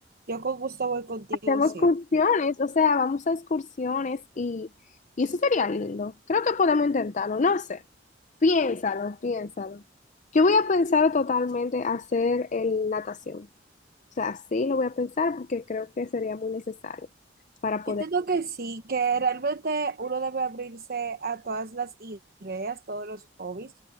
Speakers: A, on the right (about 55°); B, on the left (about 40°).
A: yo con gusto voy contigo
B: Hacemos
A: siempre.
B: excursiones, o sea, vamos a excursiones y, y eso sería lindo. Creo que podemos intentarlo, no sé. Piénsalo, piénsalo. Yo voy a pensar totalmente hacer el natación. O sea, sí lo voy a pensar porque creo que sería muy necesario para
A: Yo
B: poder.
A: entiendo que sí, que realmente uno debe abrirse a todas las ideas, todos los hobbies,